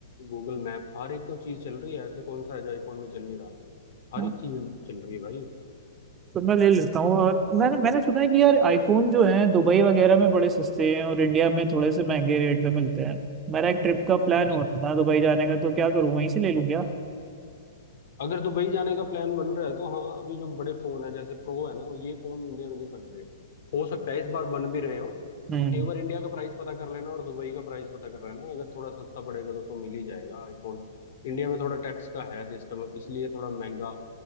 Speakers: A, on the left (about 60°); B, on the right (about 20°).
A: गूगल मैप हर एक तो चीज चल रही है ऐसे कौन सा है जो आईफोन में चल नहीं रहा हर
B: हाँ,
A: एक चीज चल रही है भाई
B: तो मैं ले लेता हूँ और मैंने मैंने सुना है कि यार आईफोन जो है दुबई वगैरह में बड़े सस्ते हैं और इंडिया में थोड़े से महंगे रेट पे मिलते हैं मेरा एक ट्रिप का प्लान हो
A: देख
B: रहा था दुबई जाने का तो क्या करूँ वहीं से ले लूँ क्या
A: अगर दुबई जाने का प्लान बन रहा है तो हाँ अभी जो बड़े फोन है जैसे प्रो है ना ये फोन इंडिया में नहीं बन रहे हो सकता है इस बार बन भी रहे हो
B: हम्म
A: एक बार इंडिया का प्राइस पता कर लेना और दुबई का प्राइस पता कर लेना अगर थोड़ा सस्ता पड़ेगा तो तो मिल ही जाएगा आईफोन इंडिया में थोड़ा टैक्स का है सिस्टम इसलिए थोड़ा महंगा